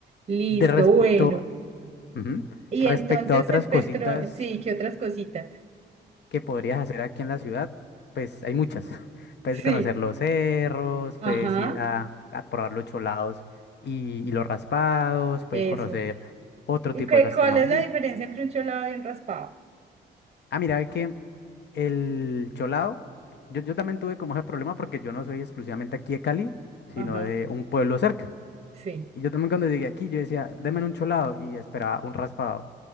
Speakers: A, on the right; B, on the left.
A: Listo,
B: De respecto,
A: bueno.
B: ujú,
A: Y
B: respecto
A: entonces
B: a otras
A: el petróleo,
B: cositas
A: sí, ¿qué otras cositas?
B: que podrías hacer aquí en la ciudad, pues hay muchas. <laughs> Puedes
A: Sí,
B: conocer los cerros, puedes
A: ajá,
B: ir a, a probar los cholados y, y los raspados, puedes
A: eso.
B: conocer otro
A: ¿Y
B: tipo
A: qué,
B: de gastronomía.
A: cuál es la diferencia entre un cholado y un raspado?
B: Ah, mira, es que el cholado, yo, yo también tuve como ese problema porque yo no soy exclusivamente aquí de Cali, sino
A: Ajá,
B: de un pueblo cerca.
A: sí,
B: Y yo también cuando llegué aquí, yo decía, denme un cholado y esperaba un raspado.